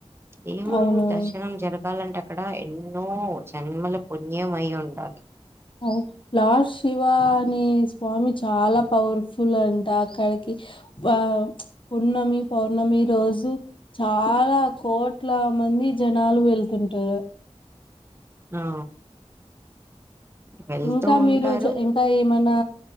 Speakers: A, on the right (about 20°); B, on the left (about 50°).
A: దేవుడు
B: అవునవును
A: దర్శనం జరగాలంట అక్కడ ఎన్నో జన్మల పుణ్యం అయి ఉండాలి
B: వు లార్డ్ శివ అనే స్వామి చాలా పవర్ఫుల్ అంట అక్కడికి ఆ పున్నమి పౌర్ణమి రోజు చాలా కోట్ల కొంతా మంది జనాలు వెళ్తుంటారు
A: ఆ వెళ్తూ
B: ఇంకా
A: ఉంటారు
B: మీరు ఇంకా ఏమైనా